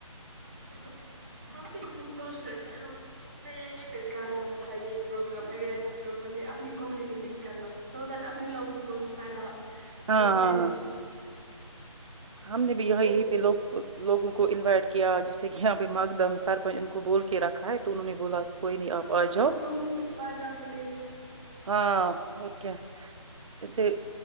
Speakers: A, on the right; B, on the right.
A: ہاں اچھا ٹھیک ہے ہم بھی ہم سوچ رہے تھے ہم ہمیں یہیں پہ کرنا تھا یہ پروگرام اوئرنیس پروگرام یہ اپنی کمیونٹی میں ہی کرنا تھا سو دیٹ اپنے لوگوں کو ہی فائدہ
B: ہاں
A: پہنچے
B: ہاں ہاں ہم نے بھی
A: لیکن
B: یہ یہیں پہ لوگ لوگوں کو انوائٹ کیا جیسے کہ یہاں بھائی مقدم سرپنچ ان کو بول رکھا ہے تو انہوں نے بولا کوئی نہیں
A: ہاں
B: آپ آ
A: سو دیٹ
B: جاؤ
A: لوگوں کو فائدہ ملے
B: ہاں اور کیا اسے